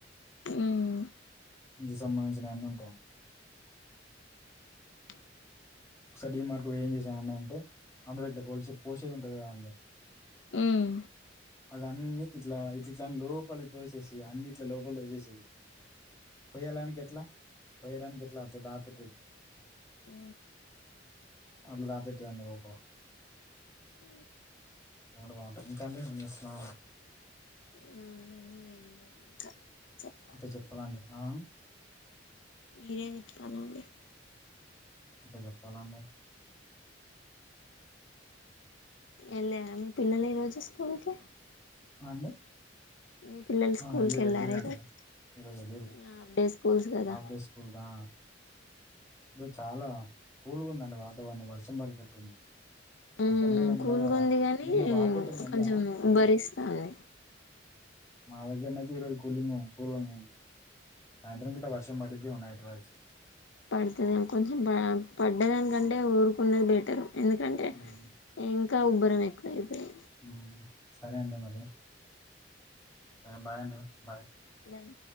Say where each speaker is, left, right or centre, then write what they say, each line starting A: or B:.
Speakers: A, on the left; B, on the left.
A: మ్మ్
B: హ సంబంధించిన ఎన్న ఉంటాయండి
A: హ
B: ఒకసారి మార్కు ఏం చేసాయంండి అంటే అందులో ఇట్లా కోలిస పోసేది ఉంటది కదండి
A: హమ్
B: అద అన్ని ఇట్లా ఇట్ ఇట్ల లోపల దోసేసవి అన్ని ఇట్ల లోపల దోసేసేవి పోయ్యాలనికినికి ఎట్లా పోయడానికి ఎట్లా అర్థ దాపెట్టి
A: ఉ
B: అట్ల దాపెట్టి అంటఓ పో
A: హ
B: బాగుంటది ఎందుకంటే ఏమ్ చే స్తున్నా
A: ఏముందండీ ఏం లేదు ఇంకా చెప్పాలి
B: అంటే చెప్పాలండి ఆ
A: మీరేం చెప్తనండి
B: అంతే చెప్పాలండి
A: వెళ్ లేదా మీ పిల్లలు ఈ రోజు స్కూల్ కి
B: ఆ అండి
A: మీ పిల్లలు స్కూల్
B: ఆ ఎల్లిరి
A: కి వెళ్ళారా
B: ఎల్రి అండి
A: ఈరోజు
B: ఇరోజ్ ఎల్లిరీ
A: హాఫ్ డే స్కూల్స్ కదా
B: హాఫ్ డే స్కూల్గా లో చాలా కూల్గా ఉందండి వాతావరణం వర్షం పడేటట్టుంది
A: ఉమ్
B: మధ్యాహ్నం కూడా ఎండ
A: కూల్గా ఉంది గానీ
B: నిన్న బాగొట్టింది ఎండ
A: కొంచెం ఉభరిస్తాంది
B: మాదగ్గరనైతే ఈరోజు కూలింగ్ కూల్ ఉన్నాయ్ సాయంత్రంకిట్ల వర్షం పడిదే మో నైట్ వయికి
A: పెడతాదే మో కొంచెం ప పడ్డదానికంటే ఊరుకునేది బెటరు ఎందుకంటే ఇంక్
B: ఉమ్,
A: ఇంకా ఉబ్బరం ఎక్కువ అయిపోయ్
B: ఉమ్ సరే అండి మరీ సరే బాయ్ అండి బాయ్
A: బాయ్